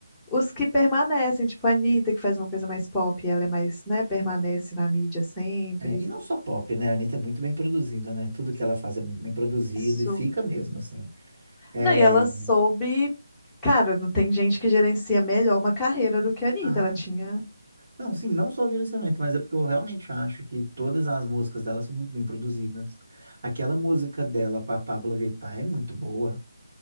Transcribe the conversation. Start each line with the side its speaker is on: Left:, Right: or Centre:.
Centre: os que permanecem, tipo a Anitta, que faz uma coisa mais pop, ela é mais, né, permanece na mídia sempre.
Right: É, e não só pop, né? A Anitta é muito bem produzida, né? Tudo que ela faz é muito bem produzido
Centre: Isso.
Right: e fica mesmo, assim. É...
Centre: Não, e ela soube. Cara, não tem gente que gerencia melhor uma carreira do que a Anitta.
Right: Ah,
Centre: Ela tinha
Right: não, sim, não só o direcionamento, mas é porque eu realmente acho que todas as músicas dela são muito bem produzidas. Aquela música dela com a Pabllo Vittar é muito boa.